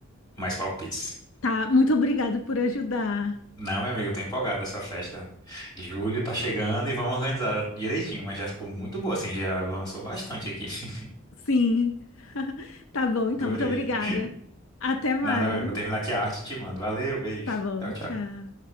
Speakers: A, on the left (about 20°); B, on the left (about 75°).
A: mais palpites.
B: Tá, muito obrigada por ajudar.
A: Não, meu amigo, eu tô empolgado essa festa. Julho tá chegando e vamos organizar direitinho, mas já ficou muito boa, assim, já avançou bastante aqui. <laughs>
B: Sim. <laughs> Tá bom, então,
A: Adorei.
B: muito obrigada. Até mais.
A: Nada, meu amigo, vou terminar aqui a arte e te mando. Valeu, beijo.
B: Tá bom,
A: Tchau, tchau.
B: tchau.